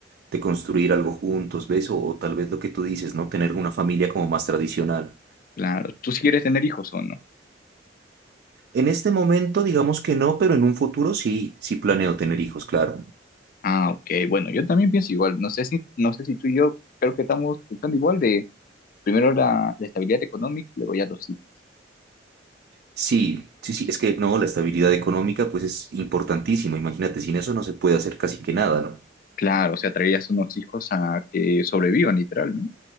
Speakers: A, on the right; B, on the left.
A: de construir algo juntos, ¿ves? O, o tal vez lo que tú dices, ¿no? Tener una familia como más tradicional.
B: Claro, tú sí quieres tener hijos o no.
A: En este momento digamos que no, pero en un futuro sí, sí planeo tener hijos, claro.
B: Ah, ok, bueno, yo también pienso igual. No sé si, no sé si tú y yo creo que estamos pensando igual de primero la, la estabilidad económica, luego ya los hijos.
A: Sí, sí, sí, es que no, la estabilidad económica pues es importantísima, imagínate, sin eso no se puede hacer casi que nada, ¿no?
B: Claro, o sea, traerías unos hijos a que sobrevivan, literal, ¿no?